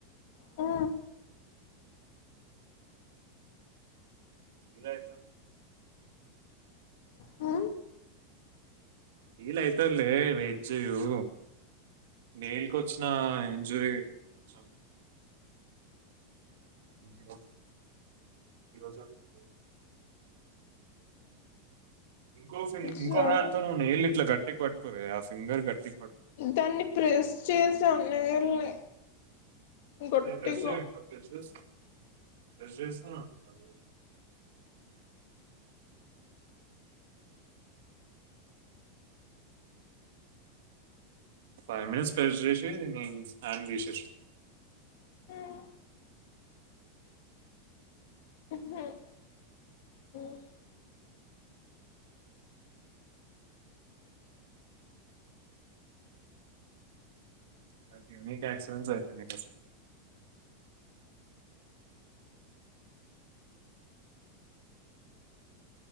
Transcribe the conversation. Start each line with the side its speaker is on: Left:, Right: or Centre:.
Left: ఆ
Right: ఇలా ఏ సన్
Left: ఆ
Right: వీల్ అయితలే వెయిట్ చేయు నేల్క వచ్చిన ఎంజాయ్ కొంచెం <inaudible> ఇన్ని కొట్టు ఈ రోజు అంతలేద్ ఇంకో ఫీని ఇంకో
Left: సరే
Right: హ్యాంతోను నేళ్లూ ఇట్లా కట్ గట్టిగా బట్కో రే ఆ ఫింగర్ గట్టి
Left: దాన్ని ప్రెస్ చేసాం నెయిల్ నీ గట్టిగా
Right: అదే ప్రెస్ చేయి ఇంకా ప్రెస్ చేస్తా ప్రెస్ జేసినా కాలే ఫైవ్ మినిట్స్ ప్రెస్ చేసి నీ హ్యాండ్ తీశేషా
Left: ఉమ్, ఉమ్, ఉమ్.
Right: నాక్ ఇవ్నీక అక్షురే సరిపోయినాయి డ్రెస్సులు